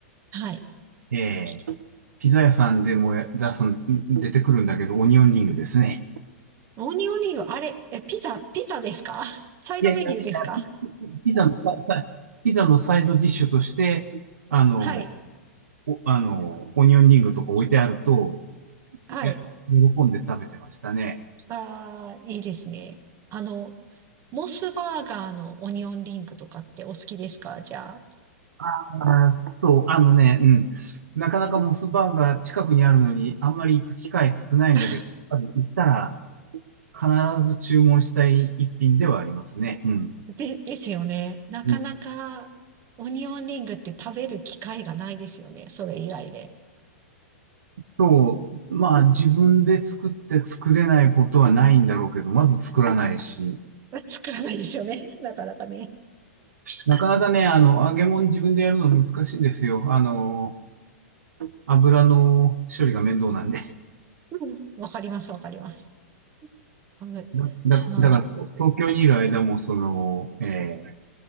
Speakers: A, on the right (about 35°); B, on the right (about 80°).
A: はい。
B: えー、ピザ屋さんでもや出すん、出てくるんだけど、オニオンリングですね。
A: オニオンリング、あれ、え、ピザ、ピザですかサイドメニューですか
B: いやいやいや、ピザのサさ、ピザのサイドディッシュとして、あの、
A: はい、
B: お、あの、オニオンリングとか置いてあると、
A: はい。
B: ね、喜んで食べてましたね。
A: ああ、いいですね。あの、モスバーガーのオニオンリングとかってお好きですかじゃあ。
B: ああ、そう、あのね、うん。なかなかモスバーガー近くにあるのに、あんまり行く機会少ないんだけど、
A: <laughs>
B: やっぱり行ったら必ず注文したい一品ではありますね。うん。
A: で、ですよね。なかなか、
B: うん
A: オニオンリングって食べる機会がないですよね。それ以外で。
B: そう、まあ自分で作って作れないことはないんだろうけど、まず作らないし、
A: <laughs> 作らないですよね。<laughs> なかなかね。
B: なかなかね、あの、揚げ物自分でやるの難しいんですよ。あの、油の処理が面倒なんで。
A: うんわかります、わかります。あぶ、
B: だ、だ、
A: ま
B: だから東京にいる間も、その、えー